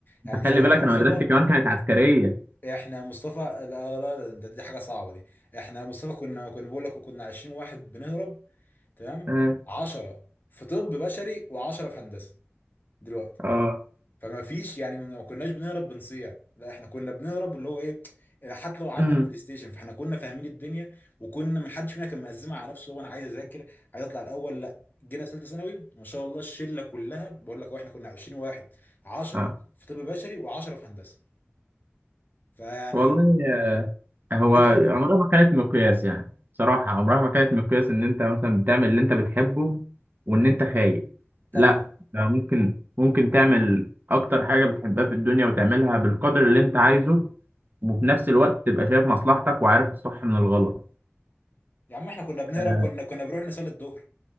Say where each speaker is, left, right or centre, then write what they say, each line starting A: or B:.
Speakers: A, on the left; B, on the right.
A: يعني مش
B: خلي
A: عايز
B: بالك
A: اقول لك يا
B: انا
A: مصطفى
B: مدرستي كمان كانت عسكريه
A: احنا يا مصطفى لا لا لا ده- دي حاجه صعبه دي احنا يا مصطفى كنا كنا بقول لك كنا 20 واحد بنهرب تمام
B: اه
A: 10 في طب بشري و10 في هندسه دلوقتي
B: اه
A: فما فيش يعني ما كناش بنهرب بنصيع لا احنا كنا بنهرب اللي هو ايه حتى لو قعدنا
B: مم.
A: بلاي ستيشن فاحنا كنا فاهمين الدنيا وكنا ما حدش فينا كان مقزمه على نفسه هو انا عايز اذاكر عايز اطلع الاول لا جينا ثالثه ثانوي ما شاء الله الشله كلها بقول لك هو احنا كنا 20 واحد 10
B: آه.
A: في طب بشري و10 في هندسه فيعني
B: والله هو
A: ده كان
B: عمرها ما كانت مقياس يعني صراحة عمرها ما كانت مقياس إن أنت مثلا بتعمل اللي أنت بتحبه وإن أنت خايف
A: طبعا
B: لا ده ممكن ممكن تعمل أكتر حاجة بتحبها في الدنيا وتعملها بالقدر اللي أنت عايزه وفي نفس الوقت تبقى شايف مصلحتك وعارف الصح من الغلط
A: يا عم احنا كنا بنهرب
B: آه،
A: كنا كنا بنروح نصلي الظهر